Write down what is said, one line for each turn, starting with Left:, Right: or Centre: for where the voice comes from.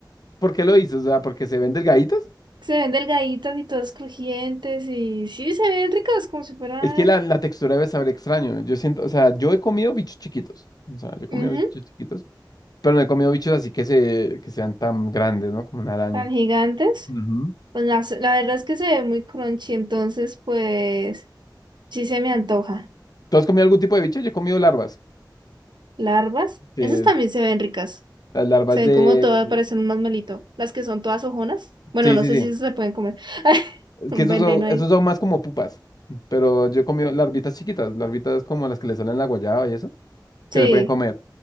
Left: ¿por qué lo dices? O sea, ¿porque se ven delgaditas?
Right: Se ven delgaditas y todas crujientes y sí, se ven ricas como si fueran
Left: Es que la, la textura debe saber extraño. Yo siento, o sea, yo he comido bichos chiquitos. O sea, yo he comido
Right: ujú,
Left: bichos chiquitos, pero no he comido bichos así que, se, que sean tan grandes, ¿no? Como una araña.
Right: tan gigantes.
Left: Ujú.
Right: Pues las- la verdad es que se ve muy crunchy, entonces pues sí se me antoja.
Left: ¿Tú has comido algún tipo de bicho? Yo he comido larvas.
Right: Larvas,
Left: que
Right: esas también se ven ricas.
Left: las larvas
Right: Se
Left: de...
Right: ven como todas, parecen un masmelito. Las que son todas ojonas. Bueno,
Left: Sí,
Right: no
Left: sí,
Right: sé
Left: sí.
Right: si esas se pueden comer. <laughs>
Left: Es
Right: Un
Left: que esos
Right: veneno
Left: son,
Right: ahí.
Left: esos son más como pupas. Pero yo he comido larvitas chiquitas, larvitas como las que le salen la guayaba y eso,
Right: Sí,
Left: que se pueden comer.